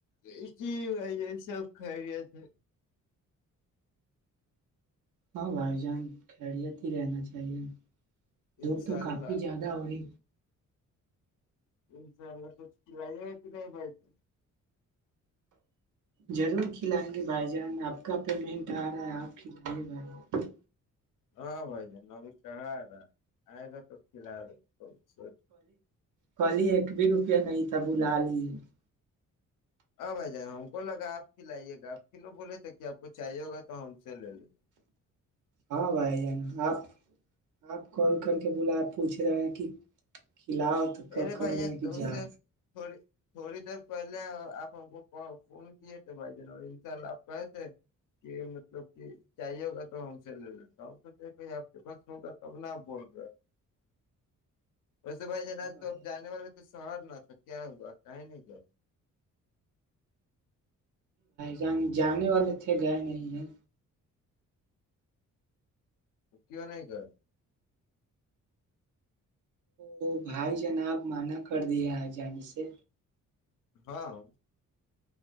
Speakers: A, on the left (about 80°); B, on the right (about 75°).
A: اسی بائی یہ سب خیریت ہے
B: ہاں بھائی جان خیریت ہی رہنا چاہیے دپ
A: انشاء
B: تو
A: اللہ
B: کافی زیادہ ہوی
A: انشاء اللہ تو کیلاائی ہےتی بتی
B: ضرور کھلائیں گے بھائی جان آپ کا پیمنٹ آ رہا ہے آپ کھلے بھائی
A: ہاں بھ جان میں بھی کہا تھا آئے تو کھلا سوچ
B: ک ایک بھی روپیہ نہیں تھا بلا ل ج <unintelligible>
A: اب آ جائیں ہم کو لگا آپ ک لائیے گا آپ کو بولے تھے کہ آپ کو چاہیے ہوگا تو ہم سے لے لیں گے
B: ہاں بھائی جانا آپ آپ کال کر کے بلا پوچھ پھرایا کہ کھلاؤ تو کہ
A: ارے
B: کہہ
A: بھائی
B: رہے
A: جان
B: ہیں کہ
A: تو اس
B: جا
A: سے تھوڑی تھوڑی دیر پہلے آپ ہم کو فون کیے تھ بھائی جان اور ان شاء اللہ آپ کہس کہ مطلب کہ چاہیے ہوگا تو ہم سے لے لیتا سوچ کہ آپ کے پاس ہوگا تب نہ آپ بول رہے ویسے بھائی
B: ہاں
A: جان تو اب
B: جان
A: جانے والے تو شہر نہ تھا کیا ہوا کہیں نہیں گیا
B: ج جانے والے تھے گئے نہیں ہیں
A: کیوں نہیں کر
B: وہ بھائی جناب منع کر دیا آ جانے سے
A: ہاں